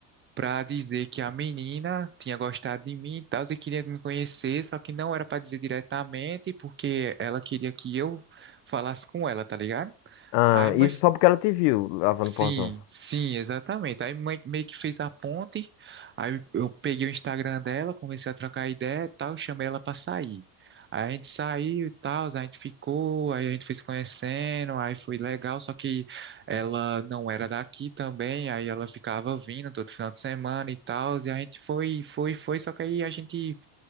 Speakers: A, on the right (about 25°); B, on the left (about 70°).
A: para dizer que a menina tinha gostado de mim e tal, e queria me conhecer, só que não era para dizer diretamente, porque ela queria que eu falasse com ela, tá ligado?
B: Ah,
A: Aí mãe,
B: isso só porque ela te viu lavando
A: Sim,
B: o portão.
A: sim, exatamente. Aí mãe meio que fez a ponte. Aí eu peguei o Instagram dela, comecei a trocar ideia e tal, chamei ela pra sair. Aí a gente saiu e tal, a gente ficou, aí a gente foi se conhecendo, aí foi legal, só que ela não era daqui também, aí ela ficava vindo todo final de semana e tal, e a gente foi, foi, foi, só que aí a gente